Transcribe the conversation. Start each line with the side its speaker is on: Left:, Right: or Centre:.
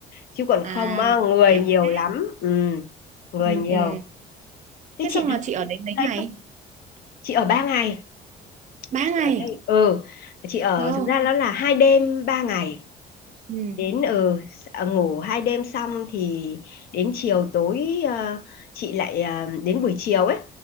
Left: Chứ còn không
Right: à
Left: á, người
Right: kéo
Left: nhiều
Right: thế
Left: lắm. Ừ, người
Right: ừ,
Left: nhiều.
Right: ừ.
Left: Thế
Right: thế
Left: chị
Right: xong
Left: thấy
Right: là chị
Left: là
Right: ở
Left: đến
Right: đấy mấy
Left: đấy
Right: ngày
Left: thôi. Chị ở ba ngày.
Right: ba
Left: Chị
Right: ngày
Left: ở đây. Ừ, chị ở
Right: wow
Left: thực ra nó là hai đêm ba ngày
Right: ừ.
Left: đến ở ừ, ngủ hai đêm xong thì đến chiều tối ờ, chị lại ờ, đến buổi chiều ấy